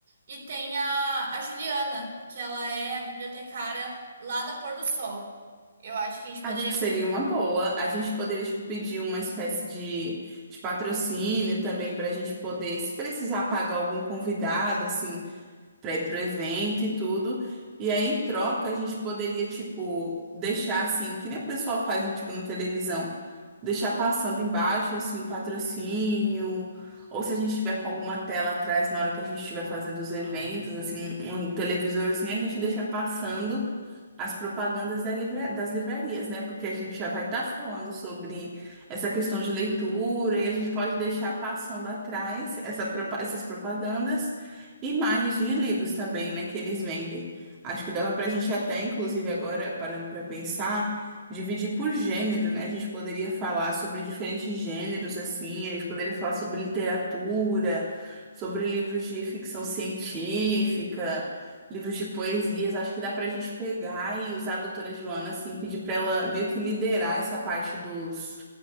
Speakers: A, on the right; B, on the right.
A: E tem a, a Juliana, que ela é a bibliotecária lá da Pôr do Sol. Eu acho que a gente
B: Acho
A: poderia
B: que seria uma boa. A gente poderia, tipo, pedir uma espécie de, de patrocínio também para a gente poder, se precisar pagar algum convidado, assim, para ir pro evento e tudo. E aí, em troca, a gente poderia, tipo, deixar assim, que nem o pessoal faz, tipo, na televisão, deixar passando embaixo, assim, o patrocínio, ou se a gente tiver com alguma tela atrás na hora que a gente estiver fazendo os eventos, assim, um um televisorzinho, a gente deixa passando as propagandas da livra- das livrarias, né? Porque a gente já vai estar falando sobre essa questão de leitura e a gente pode deixar passando atrás essa propa- essas propagandas e imagens de livros também, né? Que eles vendem. Acho que dava para a gente até, inclusive agora, parando para pensar, dividir por gênero, né? A gente poderia falar sobre diferentes gêneros, assim, a gente poderia falar sobre literatura, sobre livros de ficção científica livros de poesias. Acho que dá pra gente pegar e usar a doutora Joana, assim, pedir pra ela meio que liderar essa parte dos